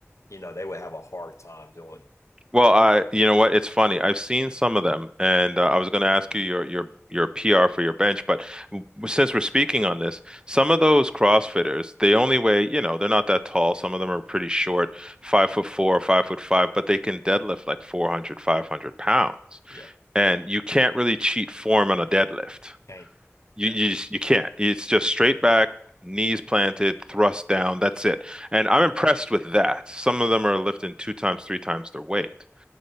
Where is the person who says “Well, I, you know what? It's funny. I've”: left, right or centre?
Right